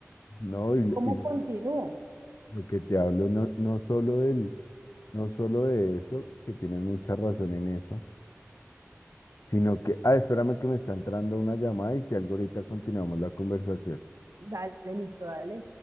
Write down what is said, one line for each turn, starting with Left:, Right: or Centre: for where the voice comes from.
Left: no, y, lo,
Right: ¿Cómo
Left: y lo-
Right: continúo?
Left: lo que te hablo no, no solo del, no solo de eso, que tienes mucha razón en eso, sino que, ah, espérame que me está entrando una llamada y si algo ahorita continuamos la conversación.
Right: Dale, listo, dale.